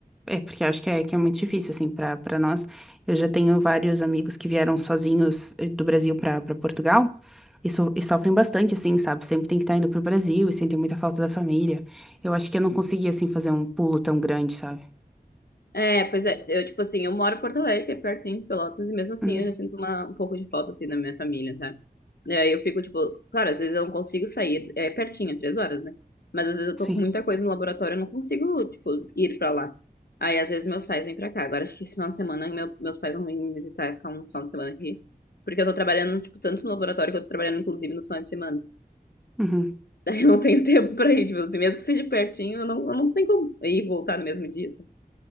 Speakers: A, in the centre; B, on the left.
A: É, porque eu acho que é, que é muito difícil, assim, para para nós. Eu já tenho vários amigos que vieram sozinhos eh, do Brasil para para Portugal e, so, e sofrem bastante, assim, sabe? Sempre tem que estar indo pro Brasil e sentem muita falta da família. Eu acho que eu não conseguia assim, fazer um pulo tão grande, sabe?
B: É, pois é, eu, tipo assim, eu moro em Porto Alegre, que é pertinho de Pelotas, e mesmo assim
A: Uhum.
B: eu já sinto uma, um pouco de falta, assim, da minha família, sabe? E aí eu fico, tipo, claro, às vezes eu não consigo sair, é pertinho, é três horas, né? Mas às vezes eu
A: Sim.
B: tô com muita coisa no laboratório, eu não consigo, tipo, ir pra lá. Aí às vezes meus pais vêm pra cá. Agora acho que esse final de semana meu- meus pais vão vir me visitar e ficar um final de semana aqui. Porque eu tô trabalhando, tipo, tanto no laboratório que eu tô trabalhando, inclusive, no final de semana. <laughs>
A: Uhum.
B: Daí eu não tenho tempo pra ir, tipo, assim, mesmo que seja pertinho, eu não, eu não tenho como ir e voltar no mesmo dia, sabe?